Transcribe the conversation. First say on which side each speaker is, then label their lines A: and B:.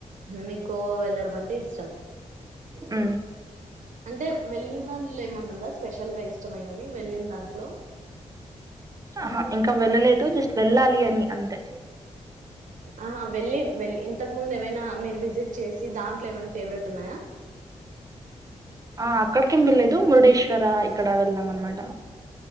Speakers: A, on the right (about 85°); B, on the right (about 30°).
A: మీకు గోవా వెళ్ళడం అంటే ఇష్టం
B: ఆ
A: అంటే వెళ్ళినలో ఏమన్నా ఉందా స్పెషల్ గా ఇష్టమైనవి వెళ్ళిన దాంట్లో
B: ఆహా ఇంకా వెళ్ళలేదు జస్ట్ వెళ్ళాలి అని అంతే
A: ఆ వెళ్ళి వెళ్ ఇంతకు ముందు ఏమైనా మీరు విజిట్ చేసి దాంట్లో ఏమైనా ఫేవరెట్ ఉన్నాయా <inaudible>
B: ఆ అక్కడికేం వెళ్లేదు మురుడేశ్వర ఇక్కడ వెళ్దాం అనమాట